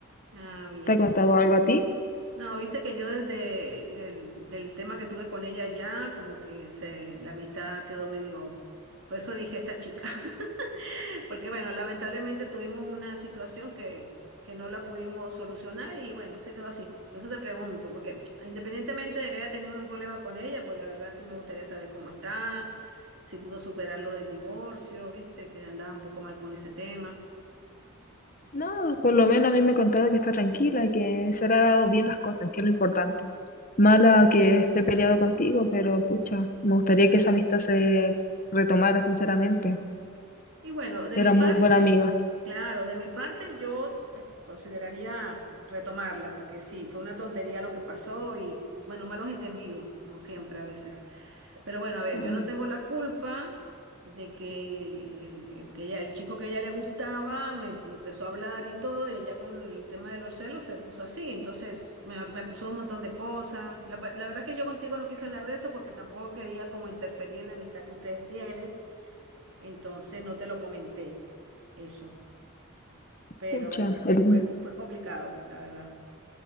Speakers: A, on the right; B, on the left.
A: Ah, bien.
B: ¿Te ha contado algo a ti?
A: No, viste que yo desde del, del tema que tuve con ella ya, como que se, la amistad quedó medio... Por eso dije esta chica. <laughs> Porque bueno, lamentablemente tuvimos una situación que, que no la pudimos solucionar y bueno, se quedó así. Por eso te pregunto, porque <tsk> independientemente de que haya tenido un problema con ella, pues la verdad sí me gustaría saber cómo está, si pudo superar lo del divorcio, viste, que andaba un poco mal con ese tema.
B: No, por lo menos a mí me ha contado que está tranquila, que se le ha dado bien las cosas, que es lo importante. Mala que esté peleado contigo, pero pucha, me gustaría que esa amistad se retomara, sinceramente.
A: Y bueno, de
B: Era
A: mi parte,
B: muy buena amiga.
A: claro, de mi parte yo eh, consideraría retomarla, porque sí, fue una tontería lo que pasó y bueno, malos entendidos, como siempre a veces. Pero bueno, a ver,
B: Claro,
A: yo no tengo la culpa de que el, el que ella- el chico que a ella le gustaba me pu- empezó a hablar y todo, y ella con el tema de los celos se puso así. Entonces me, me acusó de un montón de cosas. La, pa- la verdad que yo contigo no quise hablar de eso porque tampoco quería como interferir en la amistad que ustedes tienen. Entonces no te lo comenté eso. Pero
B: Pucha, el,
A: fue, fue complicado, la verdad.